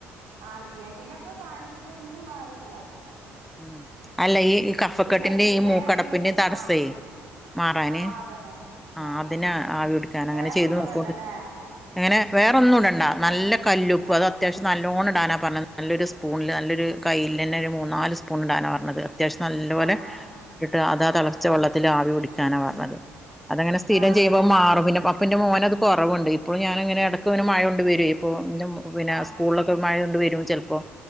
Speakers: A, on the right; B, in the centre.
A: ആഹ് ഇ എൻ ടി നൊക്കെ കാണിച്ചിട്ടൊന്നും മാറിയില്ല്യാ.
B: ഉം അല്ലേ ഈ കഫക്കെട്ടിന്റെ
A: മൈഗ്രീനാന്ന്
B: ഈ മൂക്കടപ്പിന്റെ
A: അറിയും
B: തടസ്സേ
A: ആ
B: മാറാന്
A: ആ അതന്നെ
B: ആഹ്
A: ആ
B: അതിന്
A: ആ
B: ആവി എടുക്കാൻ അങ്ങനെ
A: വേറെ
B: ചെയ്ത്
A: ഒന്നും
B: നോക്കോണ്ട്
A: ഇടണ്ടല്ലേ
B: അങ്ങനെ വേറൊന്നും ഇടണ്ട
A: വേ
B: നല്ല കല്ലുപ്പ്
A: ആ
B: അത് അത്യാവിശ്യം നല്ലോണം ഇടാനാ പറഞ്ഞ നല്ലൊരു സ്പൂണിൽ നല്ലൊരു കയ്യിൽ തന്നെ ഒരു മൂന്നാല് സ്പൂൺ ഇടാനാ പറഞ്ഞത്. അത്യാവിശ്യം നല്ലപോലെ
A: ആ ആ
B: ഇട്ടിട്ട് അതാ
A: ആ
B: തളച്ച വെള്ളത്തില് ആവി പിടിക്കാനാ പറഞ്ഞത്. അതങ്ങനേ സ്ഥിരം
A: ആ
B: ചെയുമ്പം
A: അങ്ങനെ
B: മാറും പിന്നെ അപ്പന്റെ മോൻ അത് കൊറവുണ്ട് ഇപ്പൊളും ഞാനങ്ങനെ എട ക്കെ ഓന് മഴ കൊണ്ട് വരെ ഇപ്പോ ഇൻ്റെ മോ പിന്നെ
A: ആ
B: സ്കൂളിലൊക്കെ മഴ കൊണ്ട് വരും ചെലപ്പൊം-